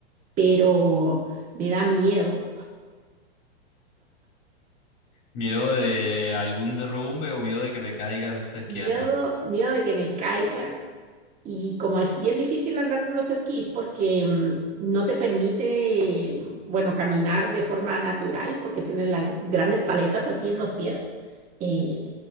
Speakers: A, on the right; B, on the left.
A: pero me da miedo,
B: ¿Miedo de algún derrumbe o miedo de que te caigas esquiando?
A: miedo, miedo de que me caiga Y como es bien difícil andar con los esquís porque mm, no te permite, bueno, caminar de forma natural porque tienes las grandes paletas así en los pies, eh,